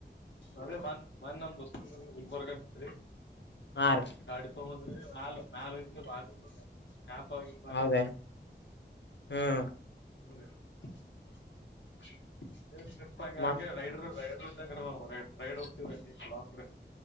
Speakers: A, on the left; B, on the left.
A: ಅದೇ ಮನ್ ಮನ್ ನಮ್ ದೋಸ್ತ ಒಬರ್ಗತ್ರಿ
B: ಆರ್
A: ಗಾಡಿ ತೊಗಂಬಂದ್ರಿ ನಾಲ್ು ನಾಲ್ುೆ ಬ ಹಾಪ ಈ ಮರ
B: ಹೌದ ಹ್ಮ್
A: ಹೌದಪ್ಪ
B: ಮತ್
A: ಹಂಗೆ ರೈಡ್ರ ರೈಡರ್ ಇದಂಗ್ರ ನವು ರೈ ರೈಡ್ ಹೋಗ್ತೀವಿಂಗಗೆ ಲಾಂಗ್ೈ